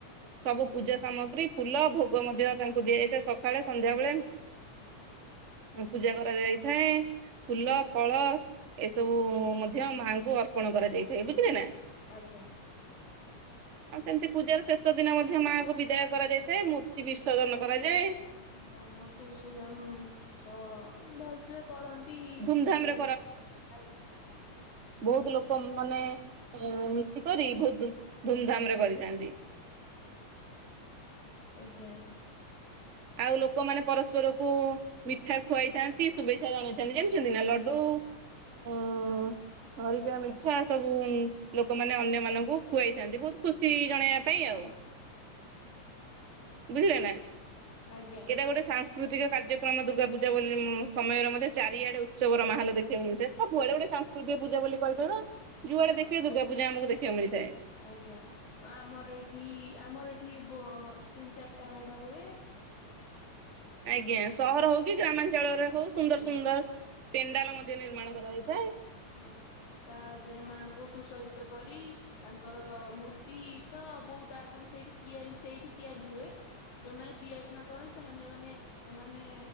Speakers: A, on the right; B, on the left.
A: ସବୁ ପୂଜା ସାମଗ୍ରୀ ଫୁଲ ଭୋଗ ମଧ୍ୟ ତାଙ୍କୁ ଦିଆଯାଇଥାଏ ସକାଳେ ସନ୍ଧ୍ୟାବେଳେ। ପୂଜା କରାଯାଇଥାଏ ଫୁଲ, ଫଳ ଏସବୁ ମଧ୍ୟ ମାଙ୍କୁ ଅର୍ପଣ କରାଯାଇଥାଏ ବୁଝିଲେ ନା।
B: ଆଜ୍ଞା।
A: ଆଉ ସେମିତି ପୂଜାର ଶେଷ ଦିନ ମଧ୍ୟ ମାଆଙ୍କୁ ବିଦାୟ କରାଯାଇଥାଏ ମୂର୍ତ୍ତି ବିସର୍ଜନ କରାଯାଏ।
B: ହଁ ମୂର୍ତ୍ତି ବିସର୍ଜନ ଅ- ଭଲସେ କରନ୍ତ୍
A: ଧୁମଧାମ
B: <unintelligible>
A: ରେ ବହୁତ୍ ଲୋକ ମାନେ ମିଶିକରି ବହୁତ ଧୁମଧାମ୍ ରେ କରିଥାନ୍ତି।
B: ଆଜ୍ଞା।
A: ଆଉ ଲୋକମାନେ ପରସ୍ପରକୁ। ମିଠା ଖୁଆଇଥାନ୍ତି ଶୁଭେଚ୍ଛା ଜଣେଇଥାନ୍ତି ଜାଣିଛନ୍ତି ନା ଲଡୁ ଅ
B: ହୁଁ ହୁଁ।
A: ହରିକା ମିଠା ସବୁ ଲୋକମାନେ ଅନ୍ୟ ମାନଙ୍କୁ ଖୁଆଇଥାନ୍ତି ବହୁତ ଖୁସି ଜଣେଇବା ପାଇଁ ଆଉ। ବୁଝିଲେ ନା
B: ଆଜ୍ଞା
A: ଏଇଟା ଗୋଟେ ସାସ୍ ସାକୃତିକ କାର୍ଯ୍ୟକ୍ରମ ଦୁର୍ଗାପୂଜା ବୋଲି ସମୟରେ ମଧ୍ୟ ଚାରିଆଡେ ଉତ୍ସବର ମାହଲ ଦେଖିବାକୁ ମିଳିଥାଏ। ହଁ ସବୁଆଡେ ଗୋଟେ ସାଂସ୍କୃକ ପୂଜା କହିଦଉନ ଯୁଆଡା
B: ଆଜ୍ଞା।
A: ଦେଖେ ଦୁର୍ଗା ପୂଜା ଆମକୁ ଦେଖିବାକୁ ମିଳିଥାଏ।
B: ଆଜ୍ଞା ଆମର ଏଠି ଆମର ଏଠି ବ ତିନି ଚାରିଟା ମେଢ ହୁଏ।
A: ଆଜ୍ଞା ସହର ହଉ କି ଗ୍ରାମାଞ୍ଚଳରେ ହଉ ସୁନ୍ଦର
B: ଆଜ୍ଞା
A: ସୁନ୍ଦର ପେଣ୍ଡାଲ ମଧ୍ୟ ନିର୍ମାଣ କରାଯାଇଥାଏ।
B: ହଁ ତା ଦେରେ ମାଙ୍କୁ ସୁସଜ୍ଜିତ କରି ତାଙ୍କର ମୂର୍ତ୍ତି ତ ବହୁତ ଆଗରୁ ସେଇଠି ତିଆରି ସେଇଠି ତିଆରି ହୁଏ। ଯୋଉମାନେ ତିଆରି ନ କର ସେମାନେ ଯୋଉମାନେ ଏମାନେ